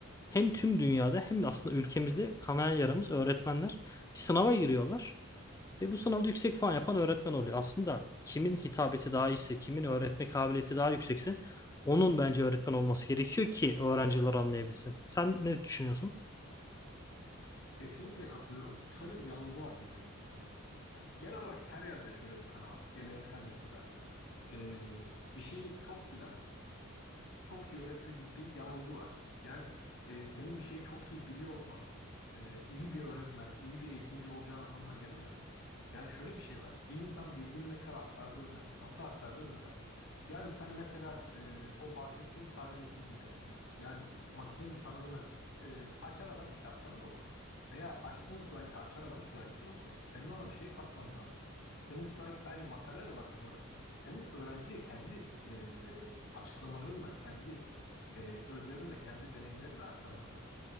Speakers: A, on the left; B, on the left.
A: Hem tüm dünyada hem de aslında ülkemizde kanayan yaramız öğretmenler bir sınava giriyorlar. Ve bu sınavda yüksek puan yapan öğretmen oluyor. Aslında kimin hitabeti daha iyiyse, kimin öğretme kabiliyeti daha yüksekse onun bence öğretmen olması gerekiyor ki öğrenciler anlayabilsin. Sen ne düşünüyorsun?
B: Kesinlikle katılıyorum. Şöyle bir yanılgı var bizim. E, yani genel olarak her yerde şöyle bir kanı var. Geleneksel yapıda. E, bir şeyi çok bilen çok iyi öğretir gibi bir yanılgı var. Yani e, senin bir şeyi çok iyi biliyor olman e, iyi bir öğretmen, iyi bir eğitimci olacağın anlamına gelemez. Yani şöyle bir şey var. Bir insan bildiğini ne kadar aktardığı önemli. Nasıl aktardığı da önemli. Yani sen mesela e, o bahsettiğim sahnedeki gibi yani makinenin tanımını e, açar adam kitaptan da okur. Veya açtığın slaytı açar adam slaytı da okur. Senin ona bir şey katman lazım. Senin slayt sadece materyal olarak kullanır. Senin öğrenciye kendi e, açıklamalarınla, kendi e, özverinle, kendi deneyimlerinle aktarman lazım.